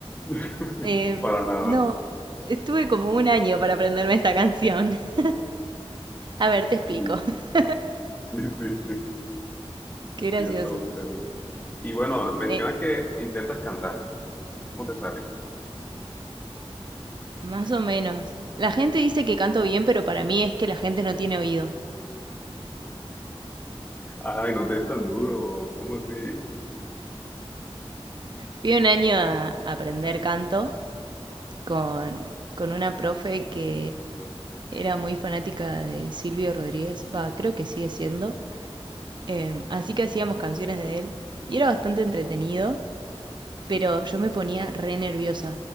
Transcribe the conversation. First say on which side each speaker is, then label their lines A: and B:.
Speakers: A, on the left; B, on the right.
A: <laughs>
B: eh,
A: para nada.
B: no, estuve como un año para aprenderme esta canción. <laughs> A ver, te explico.
A: Sí,
B: <laughs>
A: sí, sí, sí,
B: Qué gracioso.
A: sí, es todo un tema. Y bueno, mencionas
B: Eh,
A: que intentas cantar, ¿cómo te sale?
B: más o menos. La gente dice que canto bien, pero para mí es que la gente no tiene oído.
A: Ay, no te des tan duro. ¿Cómo así?
B: Fui un año a a aprender canto con, con una profe que era muy fanática de Silvio Rodríguez. Va, creo que sigue siendo. Em, así que hacíamos canciones de él y era bastante entretenido, pero yo me ponía re nerviosa.